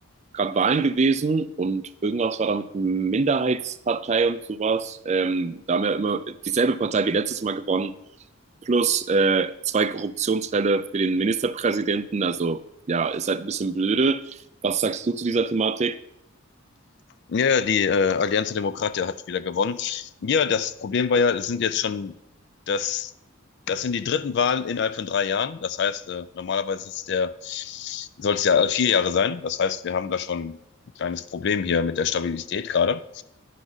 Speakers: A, on the right; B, on the left.
A: gerade Wahlen gewesen und irgendwas war da mit einer Minderheitspartei und sowas. Ähm, da haben wir immer dieselbe Partei wie letztes Mal gewonnen, plus äh, zwei Korruptionsfälle für den Ministerpräsidenten. Also ja, ist halt ein bisschen blöde. Was sagst du zu dieser Thematik?
B: Ja, ja, die äh, Allianz Demokratia hat wieder gewonnen. Ja, das Problem war ja, es sind jetzt schon, das, das sind die dritten Wahlen innerhalb von drei Jahren. Das heißt, äh, normalerweise ist der, soll es ja vier Jahre sein. Das heißt, wir haben da schon ein kleines Problem hier mit der Stabilität gerade.